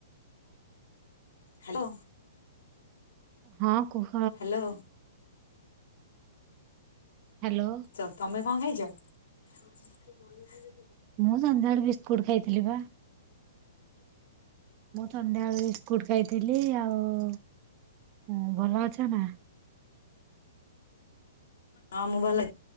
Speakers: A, on the left; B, on the right.
A: ହାଲୋ
B: ହଁ କୁହ
A: ହାଲୋ!
B: ହାଲୋ!
A: ତ ତମେ କଣ ଖାଇଚ! ମୋ ଟିକେ ମନେ ପଡୁନି!
B: ମୁଁ ସନ୍ଧ୍ୟାବେଳେ ବିସ୍କୁଟ ଖାଇଥିଲିପା! ମୁଁ ସନ୍ଧ୍ୟାବେଳେ ବିସ୍କୁଟ ଖାଇଥିଲି, ଆଉ ଭଲ ଅଛନା!
A: ହଁ ମୁଁ ଭଲଅଛ